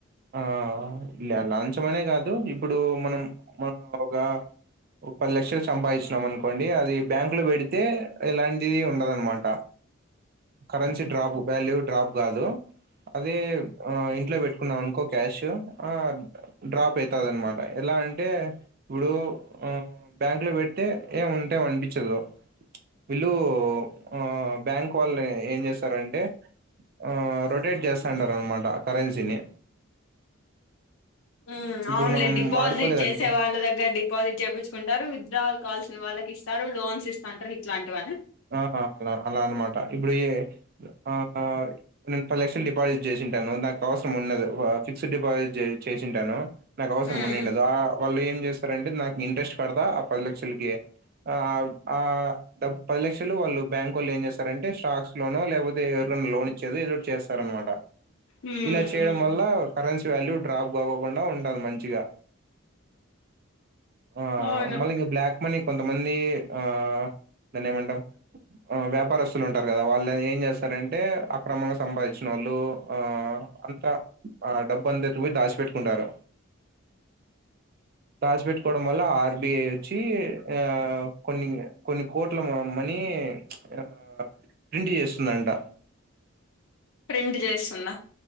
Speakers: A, on the right; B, on the left.
A: ఆహ్ లా లాంచం అనే కాదు ఇప్పుడు మనం. మనం ఒక పది లక్షలు సంపాదించినం అనుకోండి. అండి అది బ్యాంక్ లో పెడితే ఎలాంటివి ఉండదనమాట. కరెన్సీ డ్రాప్ వాల్యూ డ్రాప్ కాదు. అదే ఆహ్ ఇంట్లో పెట్టుకున్నాం అనుకో క్యాష్ ఆహ్. డ్రాప్ అయితదన్నమాట ఎలా అం. అంటే ఇప్పుడు ఆహ్ బ్యాంక్ లో పెడితే ఏం ఉంటాయి అనిపించదు. వీళ్ళు ఆహ్ బ్యాంక్ వాళ్ళు ఏం చేస్తారంటే. ఆహ్ రొటేట్ చేస్తుంటారనమాట కరెన్సీని.
B: ఉమ్
A: ఇప్పుడు
B: అవునులేండి
A: మనం
B: డిపాజిట్
A: వాడుకోలేదనుకో
B: చేసే వాళ్ళ దగ్గర డిపాజిట్ చేపించుకుంటారు విత్ డ్రావల్ కాల్సిన. వాళ్ళకి ఇస్తారు లోన్స్ ఇస్తాంటారు ఇట్లాంటివి అనా.
A: ఆహ్ అలా అలా అన్నమాట ఇప్పుడే ఆహ్ నేను పది లక్షలు డిపాజిట్ చేసిన. తింటాను నాకు అవసరం ఉండదు ఆహ్ ఫిక్స్డ్ డిపాజిట్ చే చేసింటాను. నాకు అవసరం
B: మ్మ్
A: ఉండిండదు ఆ వాళ్ళు ఏం చేస్తారంటే నాకు ఇంట్రెస్ట్ కడతా ఆ పది లక్షలకి ఆహ్. ఆహ్ ఆహ్ డబ్బు. పది లక్షలు వాళ్ళు బ్యాంకోళ్ళు ఏం చేస్తారంటే స్టాక్స్ లోనో లేకపోతే ఎవరికైనా లోన్ ఇచ్చేది ఏదోకటి చేస్తారనమాట.
B: మ్మ్
A: ఇలా చేయడం
B: మ్మ్
A: వల్ల కరెన్సీ వాల్యూ డ్రాప్ కాపోకుండా ఉండదు. మంచిగా ఆహ్
B: అవును
A: మళ్లీ ఇంకా బ్లాక్ మనీ కొంత. మంది ఆహ్ దాన్నేమంటం. ఆహ్ వ్యాపారస్తులు ఉంటారు కదా వాళ్ళు ఏం చేస్తారంటే అక్రమంగా సంపాదించినోళ్ళు. ఆహ్ అంతా ఆ డబ్బు అంతా ఎటుపోయి దాచిపెట్టుకుంటారు. దాచి పెట్టుకోవడం వల్ల ఆర్బిఐ వచ్చి ఆహ్ కొన్ని కొన్ని. కోట్ల మ మనీ ప్చ్ ఆహ్ ప్రింట్ చేస్తుందంట.
B: ప్రింట్ చేస్తుందా.